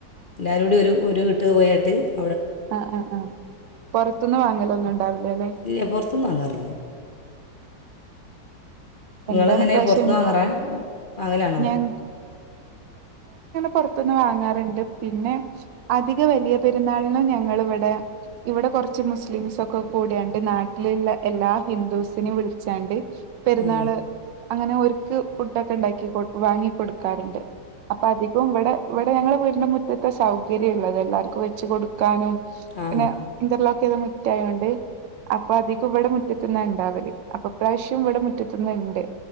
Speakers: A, on the left (about 55°); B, on the right (about 90°).
A: എല്ലാരൂടി ഒരു ഒരു കെ <unintelligible>
B: ആ ആ ആ പൊറത്തുന്ന് വാങ്ങലൊന്നും ഉണ്ടാവൂല അല്ലെ
A: ഇല്ല പുറത്തൂന്ന് വാങ്ങാറില്ല നിങ്ങളെങ്ങനെ
B: എന്താണിപ്രാവശ്യം
A: പുറത്തുനിന്ന് വാങ്ങാറാ വാങ്ങലാണോ
B: ഞാൻ പുറത്തുന്ന് വാങ്ങാറുണ്ട് പിന്നെ അധിക വലിയ പെരുന്നാളിനും ഞാ ങ്ങള് ഇവിടെ ഇവിടെ കുറച്ച് മുസ്ലിംസ് ഒക്കെ കൂടിയെണ്ട് നാട്ടിലുള്ള എല്ലാ ഹിന്ദുസിനേം വിളിച്ചാണ്ട് പെരുന്നാള്
A: ആ
B: അങ്ങനെ ഒരു ക്ക് ഫുഡൊക്കെ ഉണ്ടാക്കി കൊ വാങ്ങി കൊടുക്കാറുണ്ട് അപ്പോ അധികോം ഇവടെ ഇവിടെ ഞങ്ങളെ വീടിന്റെ മുറ്റത്തെ സൗകര്യം ഉള്ളതാ എല്ലാരിക്കും വെച്ച് കൊടുക്ക ക്കാനും
A: ആ ആ
B: പിന്നെ ഇന്റർലോക്ക് ചെയ്ത മു തൊഴാണ്ട് അപ്പൊ അധികം ഇവിടെ മുറ്റ ത്തുന്ന ഇണ്ടാവല് അപ്പൊ ഇപ്രാവശ്യവും ഇവിടെ മുറ്റത്തുന്നുണ്ട്